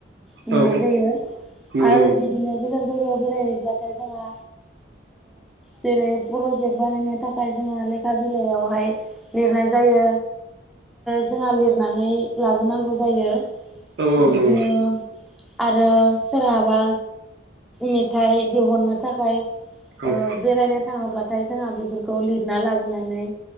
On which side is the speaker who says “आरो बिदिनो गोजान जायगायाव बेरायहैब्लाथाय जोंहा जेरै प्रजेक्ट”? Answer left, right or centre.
Centre